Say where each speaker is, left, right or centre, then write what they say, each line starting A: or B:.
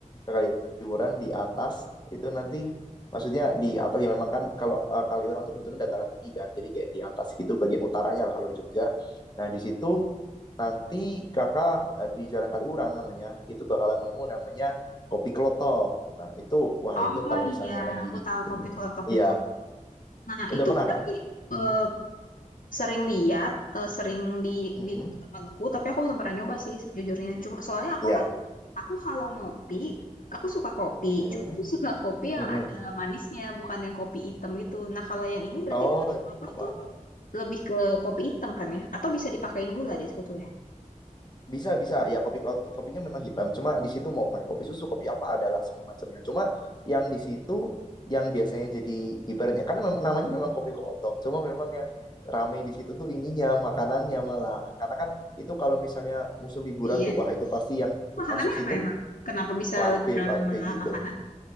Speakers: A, on the left; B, on the left.
A: ke Kaliurang di atas itu nanti maksudnya di atas ya memang kan kalau eh, Kaliurang tuh kebetulan dataran tinggi kan jadi kayak di atas gitu bagian utaranya lah kalau di Jogja. Nah di situ Nanti kakak eh, di Jalan Kaliurang namanya, itu bakalan nemu namanya Kopi Kelotok. Nah, itu, wah
B: Oh
A: itu kalau misalnya
B: iya,
A: lagi
B: aku tahu
A: ini.
B: kopi klotok
A: Iya,
B: itu. Nah,
A: udah
B: itu
A: pernah,
B: berarti
A: Kak?
B: eh, sering lihat, eh, sering dibikin
A: Mm-mm.
B: temanku, tapi aku belum pernah nyoba sih sejujurnya. Cuma soalnya aku
A: Iya.
B: kan, aku kalau ngopi, aku suka kopi.
A: Mm-mm.
B: Cuma aku suka kopi
A: Mm-mm.
B: yang ada manisnya, bukan yang kopi hitam gitu. Nah, kalau yang ini berarti
A: Oh,
B: kopi klotok
A: apa?
B: tuh lebih ke kopi hitam kan ya? Atau bisa dipakein gula deh sebetulnya.
A: Bisa, bisa. Ya kopi ko- kopinya memang hitam. Cuma di situ mau pakai kopi susu, kopi apa adalah semua macamnya. Cuma yang di situ yang biasanya jadi ibaratnya kan mem- namanya memang kopi klotok. Cuma memang yang ramai di situ tuh ininya, makanannya malah. Karena kan itu kalau misalnya musim liburan
B: Iya.
A: tuh, wah itu pasti yang
B: Makanannya
A: masuk situ
B: apa emang? Kenapa bisa
A: plat
B: lebih
A: B,
B: ramai
A: plat
B: malah
A: B gitu.
B: makanan?